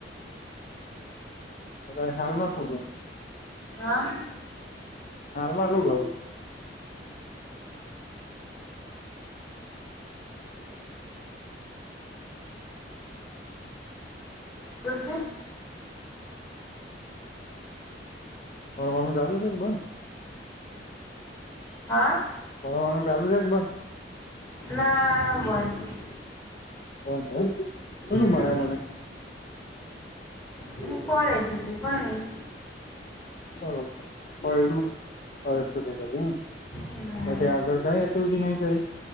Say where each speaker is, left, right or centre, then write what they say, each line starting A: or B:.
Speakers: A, on the left (about 45°); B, on the left (about 15°).
A: અતર હાલમાં ખોભે.
B: હા?
A: હાલમા શું <inaudible>
B: શું છે?
A: ભણવાનું ચાલુ છે કે બંધ?
B: હા?
A: પરવાનું ચાલુ છે કે બધ?
B: ના બંધ.
A: <unintelligible> મળ્યું.
B: હમ હું કોળે જુદી પાણી.
A: બરોબર <unintelligible>
B: હમ
A: પછી આગળ કઈ એક્ટિવિટી નહી કરી?